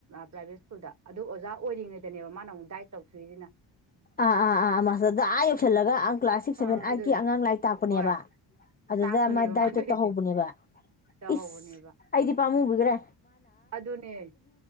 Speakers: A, on the right; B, on the left.
A: ꯄ꯭ꯔꯥꯏꯚꯦꯠ ꯁ꯭ꯀꯨꯜꯗ ꯑꯗꯨ ꯑꯣꯖꯥ ꯑꯣꯏꯔꯤꯉꯩꯗꯅꯦꯕ ꯃꯥꯅ ꯑꯃꯨꯛ ꯗꯥꯠ ꯇꯧ ꯊꯣꯏꯏꯗꯅ
B: ꯑꯥ ꯑꯥ ꯑ ꯃꯁꯗꯥ ꯌꯣꯁꯂꯒ ꯀ꯭ꯂꯥꯁ ꯁꯤꯛꯁ
A: ꯑꯥ
B: ꯁꯚꯦꯟ ꯑꯥꯏꯠꯀꯤ
A: ꯑꯗꯨꯅꯤ
B: ꯑꯉꯥꯡ ꯂꯥꯏꯔꯤꯛ ꯇꯥꯛꯄꯅꯦꯕ
A: ꯍꯣꯏ
B: ꯑꯗꯨꯗ
A: ꯇꯥꯛꯄꯅꯦꯕ
B: ꯃꯥꯥꯏ
A: ꯃꯥ
B: ꯗꯥꯏꯠꯇꯣ
A: ꯇꯧꯔꯤꯁꯦ
B: ꯇꯧꯍꯧꯕꯅꯦꯕ
A: ꯇꯧꯍꯧꯕꯅꯦꯕ
B: ꯏꯁ ꯑꯩꯗꯤ ꯄꯥꯝꯃꯨ ꯎꯒ꯭ꯔꯦ
A: ꯑꯗꯨꯅꯦ